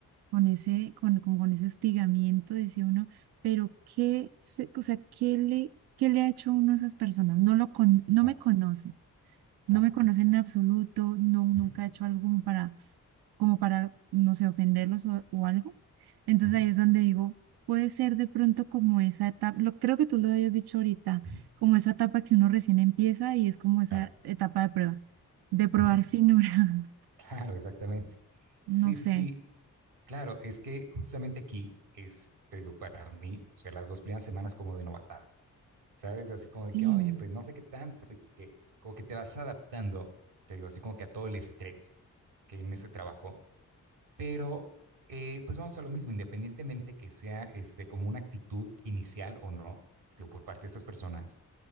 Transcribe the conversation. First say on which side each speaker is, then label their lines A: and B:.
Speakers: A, on the right; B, on the right.
A: con ese, con, con, con ese hostigamiento, decía uno, pero qué, se- o sea, qué le, qué le ha hecho uno a esas personas? No lo con, no
B: claro,
A: me conoce, no
B: claro,
A: me conocen
B: claro.
A: en absoluto, no, nunca
B: Ujú,
A: ha hecho algo como para como para, no sé, ofenderlos o, o algo. Entonces
B: ujú,
A: ahí es donde digo, puede ser de pronto como esa etapa, lo, creo que tú lo habías dicho ahorita,
B: ujú,
A: como esa etapa que uno recién empieza y es como esa
B: claro,
A: etapa de prueba, de probar
B: ujú,
A: finura,
B: claro, exactamente.
A: <laughs> no
B: Sí,
A: sé.
B: sí, sí. Claro, es que justamente aquí es, te digo, para mí, o sea, las dos primeras semanas como de novatada, ¿sabes? Así como
A: Sí,
B: de que, oye, pues no sé qué tanto, y que como que te vas adaptando, te digo, así como que a todo el estrés que hay en ese trabajo Pero eh, pues vamos a lo mismo, independientemente que sea este, como una actitud inicial o no, digo, por parte de estas personas,